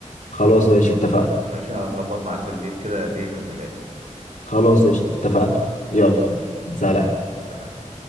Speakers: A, on the left (about 70°); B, on the right (about 70°).
A: خلاص ماشي اتفقنا
B: ماشي هظبط معاك بالليل كده تيجي تكملها لي
A: خلاص قشطة اتفقنا يلا
B: خلاص
A: سلام
B: يلا سلام